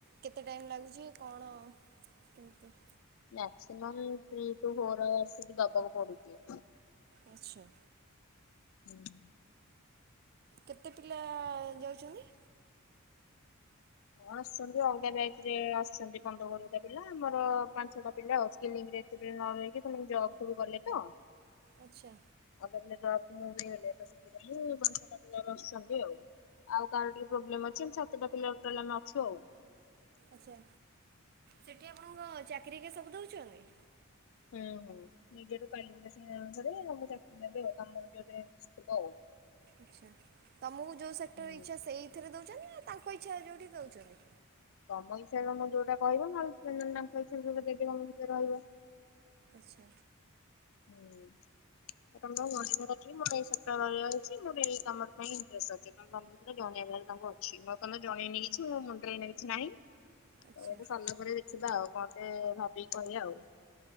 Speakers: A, on the right; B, on the left.
A: କେତେ ଟାଇମ ଲାଗୁଛି କଣ କେମତି?
B: Maximum three two four hours ସେଠୀ ଦବାକୁ ପଡୁଛି।
A: ଆଚ୍ଛା।
B: ହୁଁ।
A: କେତେ ପିଲା ଯାଉଛନ୍ତି?
B: ହଁ ଆସୁଛନ୍ତି ଅଲଗା ବ୍ୟାଚ ରେ ଆସଛନ୍ତି ପନ୍ଦର କୋଡ଼ିଏଟା ପିଲା ଆମର ପାଞ୍ଚଛଟା ପିଲା ଆଉ ସିଲିଙ୍ଗ ଯେତେବେଳେ ନ ରହିକି ସେମାନେ ଜବ ସବୁ ଗଲେ ତ।
A: ଆଚ୍ଛା
B: <unintelligible> ମୁଭି ହେଲେ ତ ସେଥିପାଇଁ ପାଞ୍ଚଛଟା ପିଲା ଏବେ ଆସୁଛନ୍ତି ଆଉ। ଆଉ କାହାର ଟିକେ ପ୍ରୋବ୍ଲେ ଅଛି ଏମିତି ସାତଟା ପିଲା ଆମେ ଟୋଟାଲି ଆମେ ଅଛୁ ଆଉ।
A: ଆଛା ସେଠି ଆପଣଙ୍କ ଚାକିର ହାରିକା ସବୁ ଦଉଛନ୍ତି।
B: ହୁଁ ହୁଁ ନିଜର କ୍ୱାଲିଫିକେଶନ ଅନୁସାରେ ଆମେ ଚାକିରି ନେବେ ଆଉ ଆମର <unintelligible> ଆଉ।
A: ଆଛା ତମକୁ ଯୋଉ ସେକ୍ଟର
B: ହୁଁ
A: ଇଛା ସେଇଥିରେ ଦଉଛନ୍ତି ନା ତାଙ୍କ ଇ ଛା ଯଉଠି ଦଉଛନ୍ତି?
B: ତମ ହିସାବରେ ତମେ ଯୋଉଟା କହିବ ନହେଲେ ସେ ତାଙ୍କ ହିସାବରେ ଯୋଉଟା ଦେବେ ତମକୁ ସେତିରେ ରହିବ।
A: ଆଛା।
B: ହୁଁ। ତମେ ତମର ଜଣାଇବାର ଅଛି ମୋ ଏଇ ସପ୍ତାହ ରହିବାର ଅଛି। ମୋ ଏଇ କାମର ପାଇଁ ଇଣ୍ଟ୍ରେଷ୍ଟ୍ ଅଛି। ତମେ ତାଙ୍କୁ ଜଣେଇ ତାଙ୍କୁ ଅଛି, ମୁଁ ଏପନ୍ତ ଜଣେଇ ନେଇ କିଛି ମୋ ମୁଣ୍ଡରେ ଏଇନା କିଛି ନାହିଁ।
A: ଆଚ୍ଛା
B: ହଉ ସରିଲା ପରେ ଦେଖିବା ଆଉ କଣ ଟେ ଭାବିକି କହିବା ଆଉ